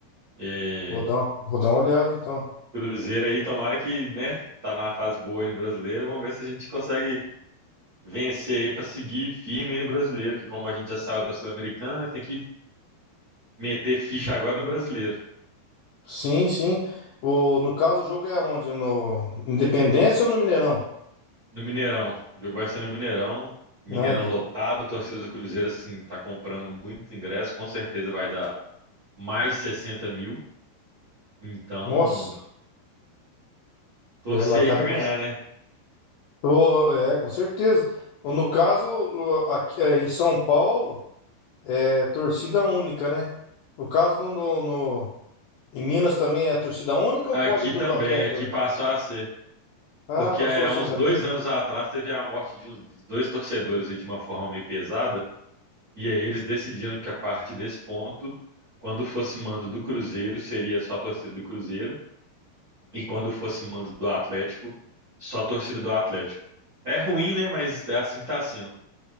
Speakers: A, on the right; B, on the left.
A: É,
B: Vou dar, um- vou dar uma olhada então.
A: Cruzeiro aí, tomara que, né, tá na fase boa aí no brasileiro. Vamos ver se a gente consegue vencer aí pra seguir firme aí no brasileiro, que como a gente já saiu da Sul-Americana, né, tem que meter ficha agora no brasileiro,
B: Sim, sim. O, no caso, o jogo é onde? No Independência ou no Mineirão?
A: no Mineirão. O jogo vai ser no Mineirão. Mineirão
B: Né?
A: lotado, a torcida do Cruzeiro assim tá comprando muitos ingressos, com certeza vai dar mais 60 mil. Então,
B: Nossa,
A: torcer
B: ela acaba.
A: aí pra ganhar, né?
B: Ô, É, com certeza. Ou No caso, o- aqui, é, em São Paulo. É torcida única, né? No caso, no, no- no- em Minas também é torcida única ou
A: Aqui
B: pode ir do,
A: também,
B: do Atlético?
A: aqui passou a ser.
B: Ah,
A: Porque
B: passou
A: é,
B: a
A: há
B: ser
A: uns
B: também.
A: dois anos atrás teve a morte de, uns, de dois torcedores aí de uma forma meio pesada. E aí eles decidiram que a partir desse ponto, quando fosse mando do Cruzeiro, seria só a torcida do Cruzeiro. E quando fosse mando do Atlético, só a torcida do Atlético. É ruim, né? Mas é assim que tá sendo.